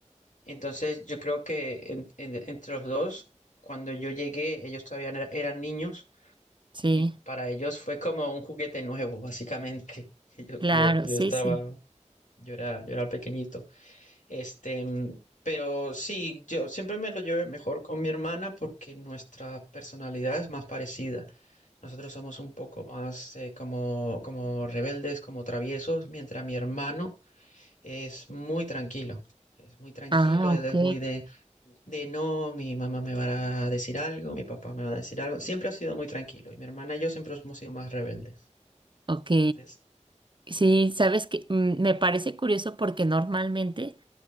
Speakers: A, on the left; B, on the right.
A: Entonces yo creo que en- en- entre los dos, cuando yo llegué, ellos todavía no era- eran niños
B: sí,
A: y para ellos fue como un juguete nuevo, básicamente. <laughs> Y Yo,
B: claro,
A: yo, yo
B: sí,
A: estaba,
B: sí.
A: yo era, yo era pequeñito. Este, mm, pero sí, yo siempre me lo llevé mejor con mi hermana porque nuestra personalidad es más parecida. Nosotros somos un poco más eh, como, como rebeldes, como traviesos, mientras mi hermano es muy tranquilo, es muy tranquilo,
B: Ah,
A: él
B: ok,
A: es muy de, de no, mi mamá me va a decir algo, mi papá me va a decir algo. Siempre ha sido muy tranquilo y mi hermana y yo siempre hemos sido más rebeldes,
B: ok.
A: ¿ves?
B: Sí, sabes que mm, me parece curioso porque normalmente,